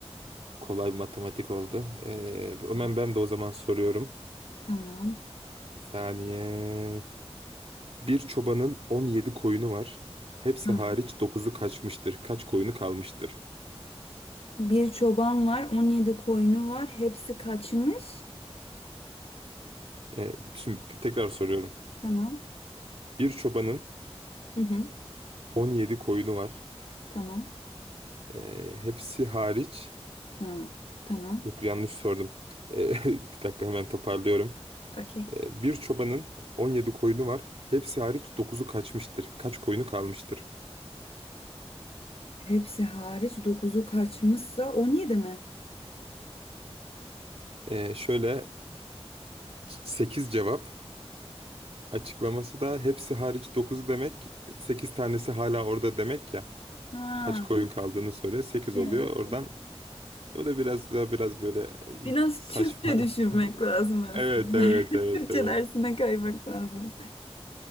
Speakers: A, on the right; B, on the left.
A: Kolay bir matematik oldu. Ee, hemen
B: Evet.
A: ben de o zaman soruyorum.
B: Tamam.
A: Bir saniye. Bir çobanın 17 koyunu var. Hepsi
B: Tamam.
A: hariç dokuzu kaçmıştır. Kaç koyunu kalmıştır?
B: Bir çoban var, 17 koyunu var. Hepsi kaçmış.
A: Ee, şimdi tekrar soruyorum.
B: Tamam.
A: Bir çobanın
B: Hı hı.
A: 17 koyunu var.
B: Tamam.
A: Ee, hepsi hariç...
B: Ha, tamam.
A: Yok yanlış sordum. Ee, <laughs> bir dakika hemen toparlıyorum.
B: Okey.
A: Ee, bir çobanın 17 koyunu var. Hepsi hariç dokuzu kaçmıştır. Kaç koyunu kalmıştır?
B: Hepsi hariç dokuzu kaçmışsa 17 mi?
A: Ee, şöyle 8 cevap. Açıklaması da hepsi hariç 9 demek, 8 tanesi hala orada demek ya.
B: Ha,
A: Kaç koyun kaldığını soruyor, sekiz
B: evet.
A: oluyor. Oradan bu da biraz da biraz böyle e,
B: Biraz
A: saçma.
B: Türkçe düşünmek
A: <laughs>
B: lazım aslında.
A: Evet, evet,
B: <laughs>
A: evet,
B: Türkçe
A: evet.
B: dersine kaymak lazım.